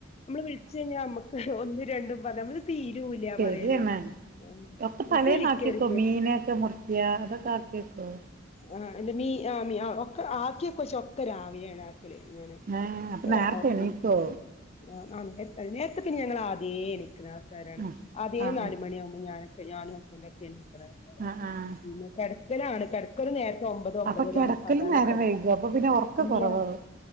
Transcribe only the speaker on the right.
ശരിയാണ്
ഒക്കെ
തലേന്ന്
ആക്കിയെക്കോ മീനൊക്കെ മുറിക്ക്യാ അതൊക്കെ ആക്കിയെക്കോ
ഏഹ് അപ്പൊ
നേരത്തെ
എണീക്കോ
ആഹ്
ആഹ്
അഹ് ആഹ്
അപ്പൊ കിടക്കലും
നേരം
വൈകും അപ്പൊ പിന്നെ ഉറക്കം
കുറവാവും